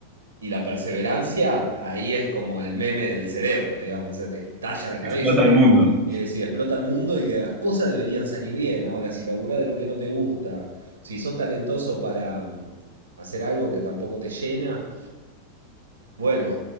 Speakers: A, on the right; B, on the right.
A: Y la perseverancia, ahí es como el meme del cerebro, digamos, o sea, te estalla la cabeza.
B: explota al mundo.
A: Y decís, explota el mundo y de las cosas deberían salir bien. Ahora, si laburás de lo que no te gusta, si sos talentoso para mm, hacer algo que tampoco te llena, bueno,